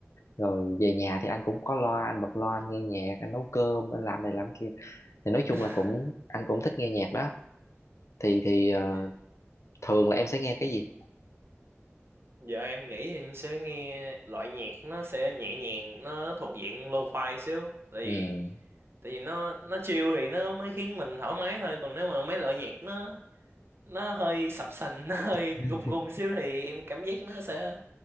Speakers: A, on the left; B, on the right.
A: rồi về nhà thì anh cũng có loa anh bật loa anh nghe nhạc anh nấu cơm anh làm này làm kia thì nói chung
B: <laughs>
A: là cũng anh cũng thích nghe nhạc đó thì thì ờ,
B: Dạ-
A: thường là em sẽ nghe cái gì
B: Giờ em nghĩ em sẽ nghe loại nhạc nó sẽ nhẹ nhàng, nó thuộc diện lo-fi xíu. Tại vì
A: ừ
B: tại vì nó nó chill thì nó mới khiến mình thoải mái thôi, còn nếu mà mấy loại nhạc nó nó hơi sập sình, <laughs> nó hơi
A: <laughs>
B: gùng gùng xíu thì em cảm giác nó sẽ